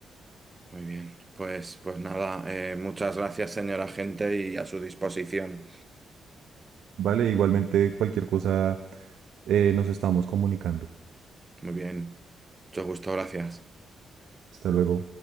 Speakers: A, on the right; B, on the right.
A: Muy bien, pues, pues nada, eh, muchas gracias, señora agente y a su disposición.
B: Vale, igualmente cualquier cosa eh, nos estamos comunicando.
A: Muy bien, mucho gusto, gracias.
B: Hasta luego.